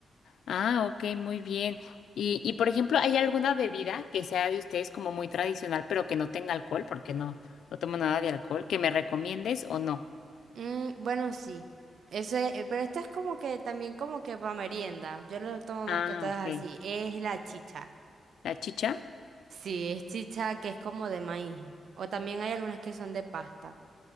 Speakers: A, on the left (about 85°); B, on the right (about 65°).
A: Ah, ok, muy bien. Y, y por ejemplo, ¿hay alguna bebida que sea de ustedes como muy tradicional, pero que no tenga alcohol? Porque no, no tomo nada de alcohol, que me recomiendes o no?
B: Mm, bueno, sí. Eso es, eh, pero esto es como que también como que para merienda. Yo lo tomo
A: Ah,
B: más que todas
A: ok.
B: así. Es la chicha.
A: La chicha
B: Sí, es chicha que es como de maíz. O también hay algunas que son de pasta.